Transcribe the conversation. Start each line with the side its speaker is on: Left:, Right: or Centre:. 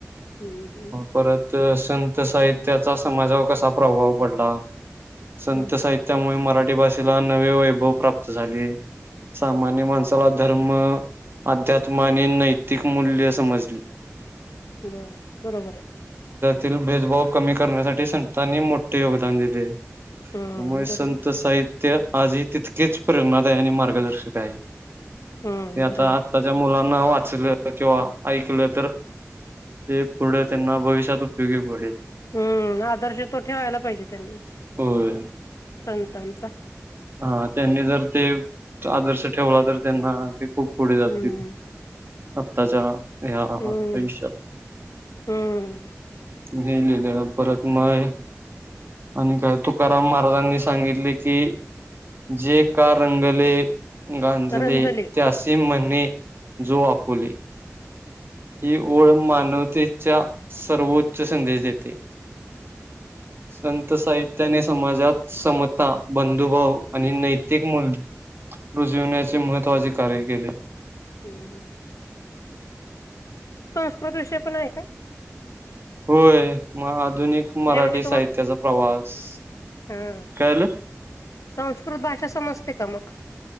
Left: हम्म हम्म
Right: परत संत साहित्याचा समाजावर कसा प्रभाव पडला संत
Left: हम्म
Right: साहित्यामुळे मराठी ठी भाषेला नवे वैभव प्राप्त झाले. सामान्य माणसाला धर्म अध्यात्म आणि नैतिक मूल्य समजली
Left: बर बरोबर आहे.
Right: तील भेदभाव कमी करण्यासाठी संतांनी मोठे योगदान दिले. त्यामुळे
Left: हम्म
Right: संत
Left: बरोबर
Right: साहित्य आज ही तितकीेच प्रेरणादायी आणि मार्गदर्शक आहे.
Left: हम्म
Right: ते आता
Left: बरोबर
Right: आत्ताच्या मुलांना वाट अस किंवा ऐकलं तर ते पुढे त्यांना भविष्यात उपयोगी पडेल.
Left: हम्म आदर्श तो ठेवायला पाहिजे त्यांनी
Right: होय
Left: संतांचा
Right: हा त्यांनी जर ते आदर्श ठेवला तर त्यांना खूप पुढे
Left: हम्म
Right: जातील आत्ताच्या ह्या
Left: हम्म
Right: आयुष्यात
Left: हम्म
Right: नाही लिले <unintelligible> परत मय आणि काय तुकाराम महाराजांनी सांगितले की जे का रंगले गांजले
Left: तरंजले
Right: त्यासे म्हणे जो आपुले ही ओळ मानवतेच्या सर्वोच्च संदेश देते संत साहित्याने समाजात समता बंधुभाव आणि नैतिक मूल रुजवण्याचे महत्वाचे कार्य केले
Left: हम्म <unintelligible> प्रदूष्य <unintelligible> पण आहे का
Right: होय मग आधुनिक मराठी
Left: नाही म्हणजे
Right: साहित्याचा प्रवास
Left: ह
Right: कळालं?
Left: संस्कृत भाषा समजते का मग